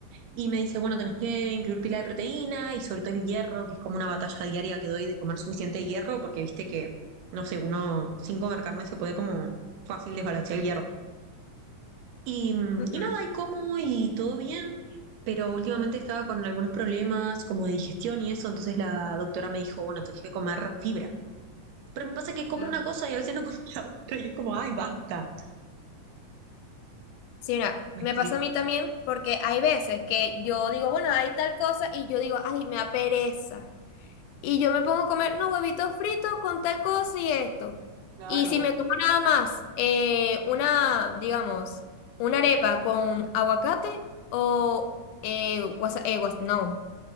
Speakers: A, on the right; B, on the left.
A: Y me dice, bueno, tenés que incluir pila de proteína y sobre todo el hierro, que es como una batalla diaria que doy de comer suficiente hierro, porque viste que, no sé, uno sin comer carne se puede como fácil desbalancear el hierro. Y, mm,
B: ujú,
A: y nada, y como y todo bien, pero últimamente estaba con algunos problemas como de digestión y eso, entonces la doctora me dijo, bueno, tenés que comer fibra. Pero me pasa que como
B: claro.
A: una cosa y a veces no <laughs> como la otra y es como, ay, basta.
B: Sí, mira,
A: Me
B: me
A: estresa.
B: pasa a mí también porque hay veces que yo digo, bueno, hay tal cosa y yo digo, ay, me da pereza. Y yo me pongo a comer, no, huevitos fritos con tal cosa y esto.
A: Claro,
B: Y si me como nada más, eh, una, digamos, una arepa con aguacate o, eh, guasa- eh, guas- no,